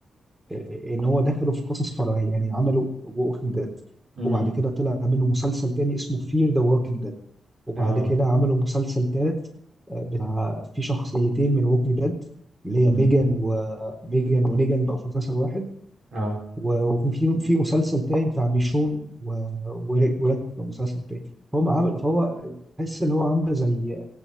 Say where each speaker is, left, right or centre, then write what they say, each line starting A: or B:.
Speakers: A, on the right; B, on the right.
A: آه، ان هو دخلوا في قصص فرعيه يعني عملوا ووكينج ديد
B: امم
A: وبعد كده طلع منه مسلسل تاني اسمه فير ذا ووكينج ديد وبعد
B: اه
A: كده عملوا مسلسل تالت آه، بتاع في شخصيتين من ووكينج ديد اللي هي ميجان
B: مم.
A: وميجان ونيجان بقوا في مسلسل واحد
B: اه
A: و- وفي في مسلسل تاني بتاع ميشون و- وريك وريك في مسلسل تاني فهم عامل فهو تحس ان هو عامل زي